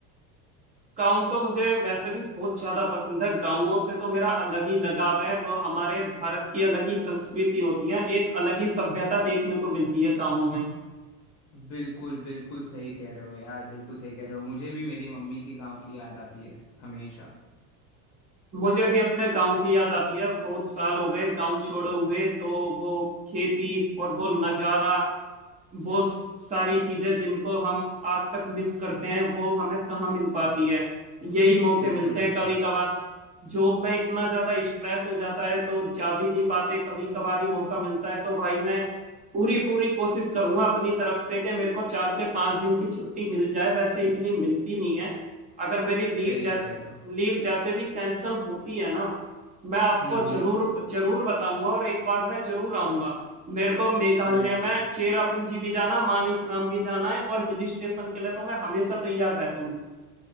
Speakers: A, on the right; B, on the left.
A: गाँव तो मुझे वैसे भी बहुत ज्यादा पसंद है गाँवों से तो मेरा अलग ही लगाव है वो हमारे भारत की अलग ही संस्कृति होती है एक अलग ही सभ्यता देखने को मिलती है गाँवों में
B: बिल्कुल बिल्कुल सही कह रहे हो यार बिल्कुल सही कह रहे हो मुझे भी मेरी मम्मी की गांव की याद आती है हमेशा
A: मुझे भी अपने गांव की याद आती है बहुत साल हो गए गांव छोड़े हुए तो वो खेती और वो नजारा वो स- सारी चीजें जिनको हम आज तक मिस करते हैं वो हमें कहाँ मिल पाती है यही मौके
B: बिल्कुल
A: मिलते
B: यार
A: हैं कभी कभार जॉब में इतना ज्यादा स्ट्रेस हो जाता है तो जा भी नहीं पाते कभी कभार ही मौका मिलता है तो भाई मैं पूरी पूरी कोशिश करूंगा अपनी तरफ से कि मेरे को चार से पांच दिन की छुट्टी मिल जाए वैसे इतनी मिलती नहीं है अगर मेरी लीव
B: सही
A: जैस
B: कह रहे हो
A: लीव जैसे भी सैंक्शन होती है ना मैं आपको
B: हम्म
A: जरूर
B: हम्म
A: जरूर बताऊंगा और एक बार मैं जरूर आऊंगा मेरे को मेघालय
B: बिल्कुल
A: में चेरापूंजी भी जाना मानिसराम भी जाना है और हिल स्टेशन के लिए तो मैं हमेशा तैयार रहता हूँ